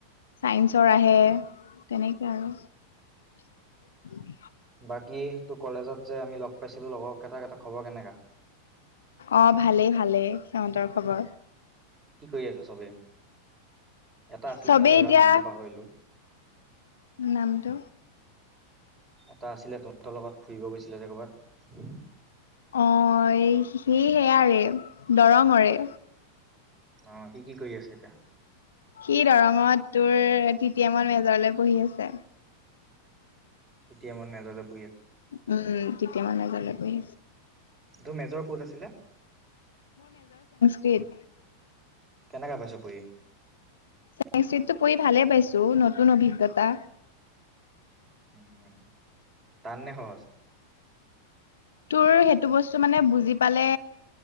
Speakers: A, on the left; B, on the right.
A: ছাইন্সৰ আহে তেনেকে আৰু। উম।
B: বাকী তোৰ কলেজত যে আমি লগ পাইছিলো লগৰ কেইটাৰ এটা খবৰ কেনেকা?
A: অ 'ভালেই ভালেই সিহঁতৰ খবৰ।
B: কি কৰি আছে চবে? এটা আছিলে
A: চবেই
B: ন ল'ৰা
A: এতিয়া
B: নামটো পাহৰিলোঁ।
A: নামটো?
B: এটা আছিলে তহঁতৰ লগত ফুৰিব গৈছিলে যে ক'ৰবাত।
A: অ' সি সেয়াৰে দৰঙৰে।
B: অ' সি কি কৰি আছে এতিয়া?
A: সি দৰঙত তোৰ টি টি এমত মেজৰলৈ পঢ়ি আছে।
B: ইতিহাসত মেজৰ লৈ
A: উম, কেতিয়া মানে জালত বহি
B: তোৰ মেজৰ ক'ত আছিলে?
A: টিত।
B: কেনেকে পাইছ পঢ়ি?
A: সাংস্কৃতটো পঢ়ি ভালে পাইছো, নতুন অভিজ্ঞতা।
B: উম টান নে সহজ?
A: তোৰ সেইটো বস্তু মানে বুজি পালে,